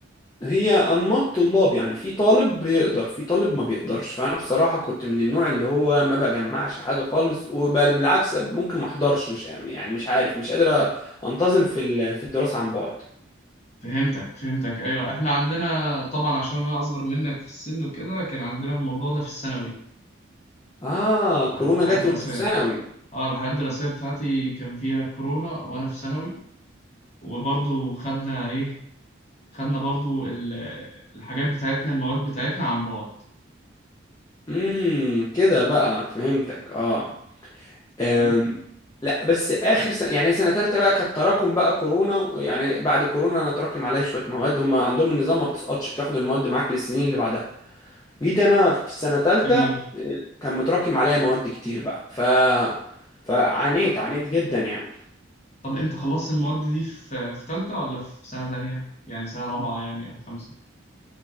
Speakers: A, on the left; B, on the left.
A: هي انماط طلاب يعني في طالب بيقدر في طالب ما بيقدرش فانا بصراحه كنت من النوع اللي هو ما بجمعش حاجه خالص وبل بالعكس ممكن ما احضرش مش يعني مش عارف مش قادر انتظم في ال- في الدراسه عن بعد
B: فهمتك فهمتك أيوه إحنا عندنا طبعا عشان أنا أصغر منك في السن وكده كان عندنا الموضوع ده في الثانوي
A: اه
B: مع-
A: كورونا
B: في الحياة
A: جت
B: الدراسية
A: وانتوا في ثانوي
B: اه الحياة الدراسية بتاعتي كان فيها كورونا وأنا في ثانوي وبرضه خدنا إيه خدنا برضو ال- الحاجات بتاعتنا المواد بتاعتنا عن بعد
A: امم كده بقى فهمتك اه أم.
B: أوكي؟
A: لا بس اخر سنة يعني سنه ثالثه بقى كانت تراكم بقى كورونا يعني بعد كورونا انا تراكم عليا شويه مواد هم عندهم النظام ما بتسقطش بتاخد المواد معاك للسنين اللي بعدها جيت انا في السنه ثالثه
B: جميل
A: كان متراكم عليا مواد كتير بقى ف فعانيت عانيت جدا يعني
B: طب انت خلصت المواد دي في في تالتة ولا في سنة تانية يعني سنة رابعة يعني او خمسة